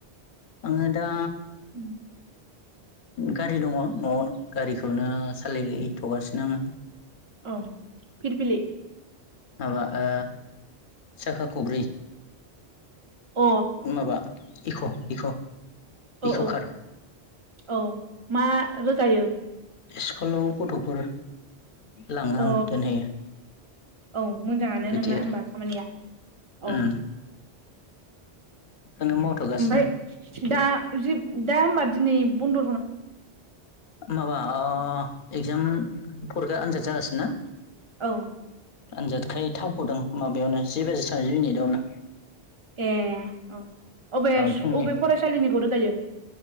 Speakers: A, on the left; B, on the right.
A: आङो दा
B: उम
A: गारि दङ न'आवनो। गारिखौनो सालायथ'गासिनो आङो।
B: अ फिरबिलि।
A: माबा ओ साखा खब्रि।
B: अ
A: माबा इक' इक'
B: औ
A: इक' कार।
B: औ मा रोगायो।
A: स्कुलाव गथ'फोर लाङो
B: अ
A: आं दोनहैयो।
B: औ मोजाङानो
A: बिदि
B: नोंना
A: आरो
B: होमबा खामानिया
A: उम
B: औ।
A: बेखौनो मावथ'गासिनो।
B: ओमफ्राय दा जे दा होमबा दिनै बन्द।
A: माबा इक्जाम फरिखा आनजाद जागासिनोना
B: औ
A: आनजादखाय थावगदोंं माबायावनो जि बाजि थामजि मिनिटआवनो
B: ए औ अबे
A: फुंनि
B: अबे फरायसालिनिखौ रोगायो